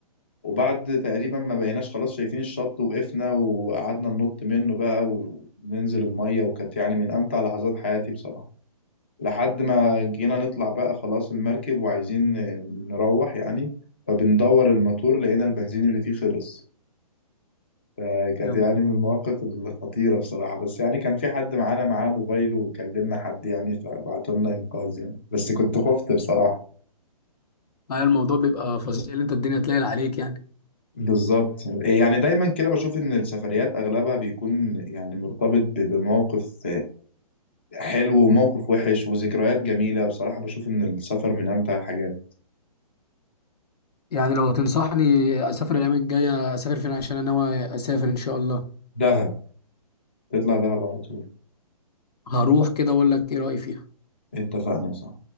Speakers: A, on the left (about 20°); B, on the left (about 80°).
A: وبعد تقريبا ما بقيناش خلاص شايفين الشط وقفنا وقعدنا ننط منه بقى وننزل الميه وكانت يعني من امتع لحظات حياتي بصراحه لحد ما جينا نطلع بقى خلاص المركب وعايزين نروح يعني فبندور الموتور لقينا البنزين اللي فيه خلص فكانت
B: يعني
A: يعني من المواقف الخطيرة بصراحة بس يعني كان في حد معانا معاه موبايله وكلمنا حد يعني فبعتوا لنا إنقاذ يعني بس كنت خفت بصراحة
B: الموضوع بيبقى فظيع اللي انت الدنيا تلاقي عليك يعني
A: بالظبط يعني دايما كده بشوف ان السفريات اغلبها بيكون يعني مرتبط ب- بموقف حلو وموقف وحش وذكريات جميلة بصراحة بشوف ان السفر من امتع الحاجات
B: يعني لو تنصحني اسافر الايام الجايه اسافر فين عشان انا ناوي اسافر ان شاء الله
A: دهب تطلع دهب على طول
B: هروح كده اقول لك ايه رايي فيها
A: اتفقنا صح